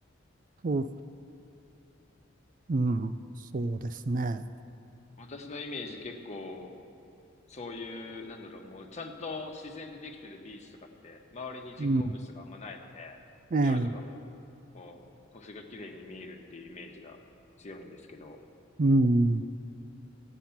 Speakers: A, on the right; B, on the left.
A: そう、うん、そうですね。
B: 私のイメージ結構、そういう、なんだろう、もうちゃんと自然でできてるビーチとかって、周りに人工物とかあんまないので、
A: うん、ええ、
B: 夜とかも、こう、星が綺麗に見えるっていうイメージが強いんですけど、
A: うん、